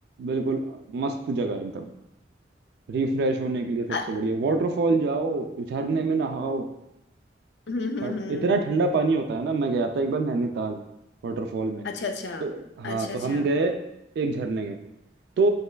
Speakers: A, on the right; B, on the left.
A: बिल्कुल मस्त जगह है एकदम रिफ्रेश होने के लिए सबसे
B: अ-
A: बढ़िया वाटरफॉल जाओ झरने में नहाओ
B: हम्म हम्म
A: ठं-
B: हम्म,
A: इतना ठंडा पानी होता है ना मैं गया था एक बार नैनीताल वाटरफॉल में
B: अच्छा अच्छा
A: तो हाँ
B: अच्छा
A: तो
B: अच्छा
A: हम गए एक झरने गए तो